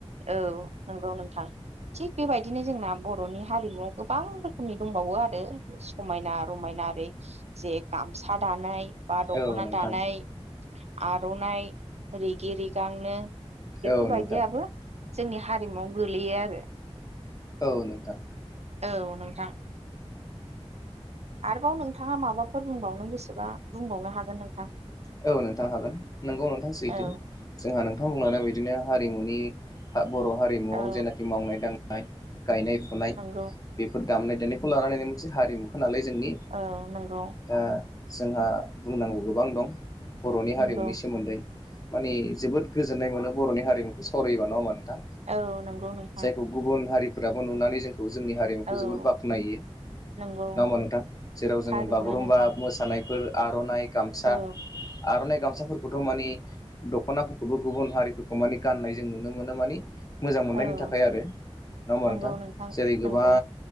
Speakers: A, on the right; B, on the left.
A: औ नोंगौ नोंथां थिग बेबायदिनो जोंना बर'नि हारिमुआव गोबां रोखोमनि दंबावो आरो समायना रमायना ओरै जे गामसा दा दानाय बा दख'ना
B: औ नोंथां
A: दानाय आर'नाइ रिगि रिगांनो
B: औ
A: बेफोरबायदियाबो
B: नोंथां
A: जोंनि हारिमुवाव गोलैयो आरो
B: औ नोंथां
A: औ नोंथां आरोबाव नोंथाङा माबाफोर बुंबावनो गोसोबा बुंबावनो हागोन नोंथां
B: औ नोंथां हागोन नोंगौ नोंथां सैथो
A: औ
B: जोंहा नोंथां बुंलांनाय बायदिनो हारिमुनि बर' हारिमुआव
A: औ
B: जेनाखि मावनाय दांनाय गायनाय फुनाय
A: नंगौ
B: बेफोर दामनाय देनायखौ लानानैनो मोनसे हारिमुखौ नालाय जोंनि
A: औ नंगौ
B: दा जोंहा बुंनांगौ गोबां दं बर'नि हारिमुनि
A: नंगौ
B: सोमोन्दै माने जोबोद गोजोननाय मोनो बर'नि हारिमुखौ सावरायोबा नङा होमबा नों थां
A: औ नंगौ नोंथां
B: जायखौ गुबुन हारिफोराबो नुनानै जों खौ जोंनि हारिमुखौ
A: औ
B: जोबोद बाख्नायो। नङा
A: नंगौ
B: होमबा नोंथां जेराव जोङो
A: थारैनो
B: बागुरुम्बा
A: नोंथां
B: मोसानायफोर आर'नाइ, गामसा
A: औ
B: आर'नाइ गामसाफोरखौथ' माने दख'नाफोरखौबो गुबुन हारिफोरखौ माने गाननाय जों नुनो मोनो माने मोजां मोननायनि
A: औ
B: थाखाय आरो नङा होमबा
A: नंगौ
B: नोंथां जेरै गोबां
A: नंगौ